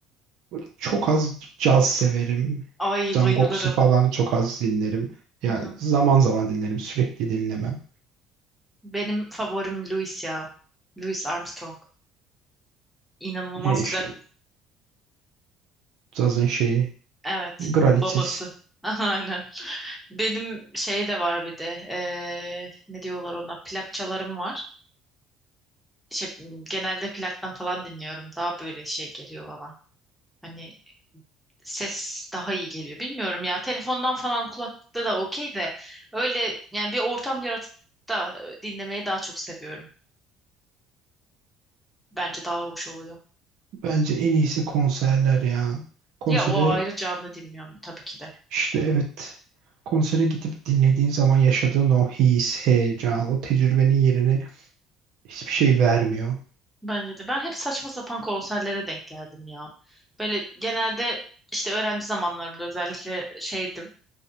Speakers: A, on the right; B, in the centre.
A: Böyle Çok az caz severim.
B: Ay
A: Zangox'u
B: bayılırım.
A: falan çok az dinlerim. Ya
B: Hı hı.
A: zaman zaman dinlerim, sürekli dinlemem.
B: Benim favorim Louis ya. Louis Armstrong. İnanılmaz
A: E, işte
B: güzel.
A: cazın şeyi,
B: Evet.
A: Gralites.
B: Babası. <laughs> Aynen. Benim şey de var bir de. eee, ne diyorlar ona? Plakçalarım var. Şey, genelde plaktan falan dinliyorum. Daha böyle şey geliyor bana. Hani ses daha iyi geliyor. Bilmiyorum ya telefondan falan kulaklıkta da okey de öyle yani bir ortam yaratıp da e, dinlemeyi daha çok seviyorum. Bence daha hoş oluyor.
A: Bence en iyisi konserler ya. Konsere
B: Ya o ayrı canlı dinliyorum tabii ki de.
A: İşte evet. Konsere gidip dinlediğin zaman yaşadığın o his, heyecan, o tecrübenin yerine hiçbir şey vermiyor.
B: Bence de. Ben hep saçma sapan konserlere denk geldim ya. Böyle genelde işte öğrenci zamanlarımda özellikle şeydim.